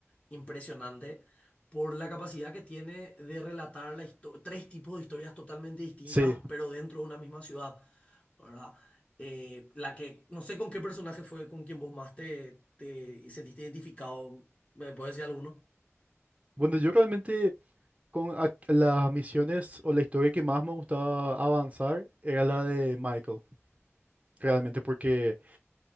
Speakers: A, on the left; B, on the right.
A: impresionante por la capacidad que tiene de relatar la histo- tres tipos de historias totalmente distintas,
B: Sí,
A: pero dentro de una misma ciudad, ¿verdad? Eh, la que, no sé con qué personaje fue con quien vos más te, te sentiste identificado, ¿me puedes decir alguno?
B: bueno, yo realmente con ac- las misiones o la historia que más me gustaba avanzar era la de Michael, realmente, porque